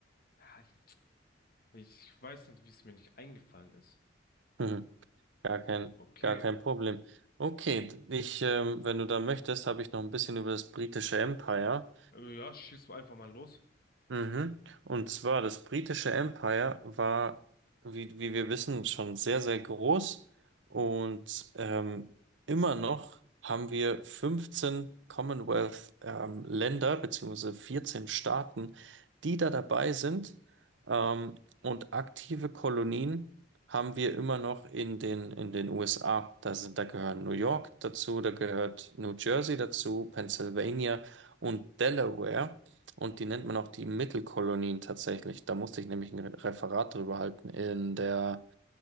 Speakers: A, on the left; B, on the right.
A: ja, ich, ich weiß nicht, wie es mir nicht eingefallen ist.
B: Mhm. Gar kein,
A: Okay,
B: gar kein Problem. Okay, ich, ähm, wenn du da möchtest, habe ich noch ein bisschen über das britische Empire.
A: Äh, Ja, schieß einfach mal los.
B: Mhm. Und zwar das britische Empire war, wie, wie wir wissen, schon sehr, sehr groß und ähm, immer noch haben wir 15 Commonwealth ähm, Länder beziehungsweise 14 Staaten, die da dabei sind ähm, und aktive Kolonien haben wir immer noch in den, in den USA. Da sind, da gehören New York dazu, da gehört New Jersey dazu, Pennsylvania und Delaware. Und die nennt man auch die Mittelkolonien tatsächlich. Da musste ich nämlich ein Re- Referat drüber halten in der,